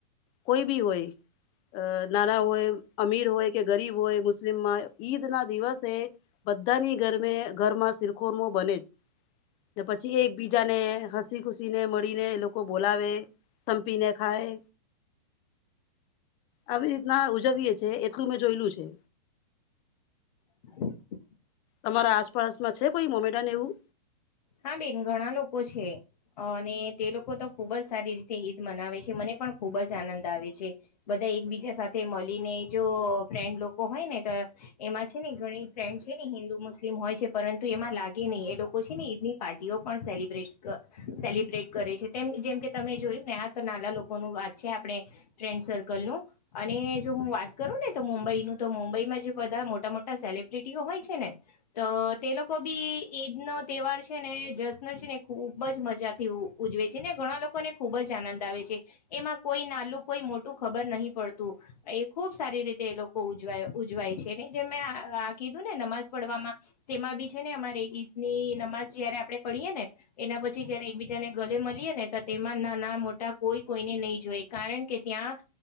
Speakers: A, on the left; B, on the left.
A: કોઈ બી હોય. અ નાના હોય અમીર હોય કે ગરીબ હોય મુસ્લિમમાં ઈદ ના દિવસે. બધાની ગરમે ઘરમાં શિરખોરમો બને જ. પછી એકબીજા ને હસી ખુસી ને મળીને એ લોકો બોલાવે. સંપીને ખાય. આવી રીતના ઉજવીએ છીએ એટલું મેં જોયલું છે.
B: <unintelligible>
A: તમારા આસપાસમાં છે કોઈ મોમેડા ને એવું.
B: હા બેન ઘણા લોકો છે. અને તે લોકો તો ખુબજ સારી રીતે ઈદ મનાવે છે, મને પણ ખૂબજ આનંદ આવે છે. બધા એકબીજા સાથે મળી ને જો ફ્રેન્ડ લોકો હોય ને તો એમાં છે ને ઘણી ફ્રેન્ડ છે ને હિન્દુ મુસ્લિમ હોય છે, પરંતુ એમાં લાગે નઈ એ લોકો છે ને ની પાર્ટીઓ પણ સેલિબ્રેટ ક સેલિબ્રેટ કરે છે, તેમ જેમ કે તમે જોયું ને આ તો નાના લોકોનું વાત છે આપડે ફ્રેન્ડ સર્કલનું અને જો હું વાત કરું ને તો મુંબઈનું તો મુંબઈમાં જે બધા મોટા મોટા સેલિબ્રિટીઓ હોય છે ને તો તે લોકો બી ઈદ નો તહેવાર છે ને, જશ્ન છે ને ખુબજ મજાથી ઉજવે છે, ને ઘણા લોકો ને ખુબજ આનંદ આવે છે. એમાં કોઈ નાલું, કોઈ મોટું ખબર નહી પડતું. એ ખુબ સારી રીતે એ લોકો ઉજવાય ઉજવાય છે, ને જે મેં આ કીધું ને નમાઝ પડવામાં તેમાં બી છે ને અમારે ઈદ ની નમાઝ જયારે આપડે પડીએ ને એના પછી જયારે એકબીજાને ગલે મળીએ ને તો તેમાં ના ના મોટા કોઈ કોઈને નઈ જોઈ. કારણકે ત્યાં